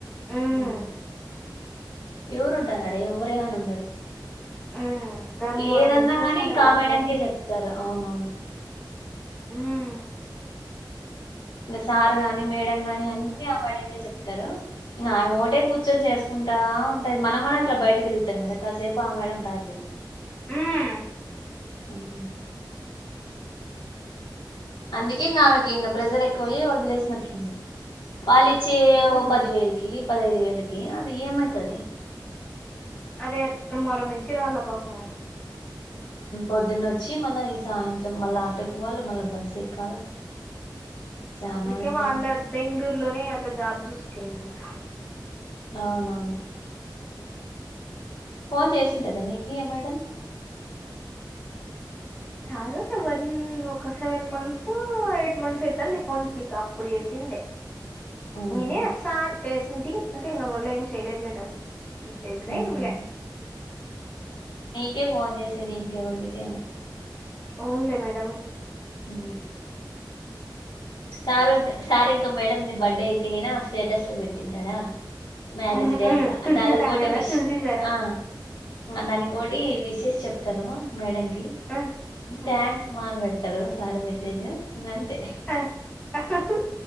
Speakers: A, on the left; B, on the left.
A: హ్మ్.
B: హ్ ఎవరు ఉంటారు ఆడ, ఎవ్వరే కాని ఉండరు.
A: హ్మ్. ధర్మవరం
B: ఏదన్నా
A: నుంచొస్తాండే
B: గానీ ఇంకా
A: పాపము.
B: ఆ మేడంకే చెప్తారు. అవునవును.
A: హ్
B: ఇంగా సారు గాని మేడం గాని అన్నీ ఆ మేడం కే చెప్తారు. ఇంగ ఆమె ఒకటే కూర్చొని చేసుకుం టా ఉంటది. మనం అన ఇట్ల బయట తిరుగుతం కదా కాసేపు ఆ మేడం రాదు చూడు.
A: హ్మ్.
B: అ <unintelligible> అందుకే ఇంగా ఆమెకు ఇంగా ప్రెజర్ ఎక్కువయ్యి వదిలేసినట్లుంది. వాళ్ళి చ్చే
A: హ్మ్.
B: ఓ పది వేలకి పదఐదు వేలకి అది ఏమైతది.
A: అదే ధర్మారం నుంచి రావాళ్ళ పాపము.
B: పొద్దున్న వచ్చి మళ్ళ ఈ సాయంత్రం మళ్ళా ఆటోకి పోవాల, మళ్ళా బస్ ఎక్కాల. చానా
A: అందుకే
B: ఇబ్బంది
A: వాళ్ళ బెంగళూరు లోనే ఎదో జాబ్ చూసుకిందంట.
B: అవునవును ఫోన్ చేసింటదా నీకీ ఆ మేడం.
A: చాలు ఒక వన్ ఒక సెవెన్ మంత్స్ ఒ ఎయిట్ మంత్స్ అయితాంది ఫోన్ చెయ్యక. అప్పుడు చేసిండే.
B: అవునులే
A: నేనే ఒసారి చేసుంటి అంతే ఇంగ మళ్ళ ఇంగ ఏం చేయలేదు మేడం. <unintelligible>
B: ఉమ్
A: ఎంలే
B: కే ఫోన్ చేసేది ఇంకెవరికి చేయను.
A: అవున్లే మేడమ్.
B: ఉ సార్ ఇంకా సార్ ఇంకా మేడం ది బర్డే అయితే గినా స్టేటస్ లో పెట్టింటాడా మ్యారేజ్
A: హ్మ్.
B: డే
A: హ్మ్.
B: అట్లా
A: తులసి
B: దాళ్ళకోటి
A: సార్ గదా
B: విష్
A: తులసి సారు.
B: ఆ దానికో టి విషెస్ చెప్తాను మేడం
A: ఆ! ఆ!
B: థ్యాంక్స్ మా అన్ పెడతడు సార్ మెసేజు ఇంగ అంతే
A: ఆ!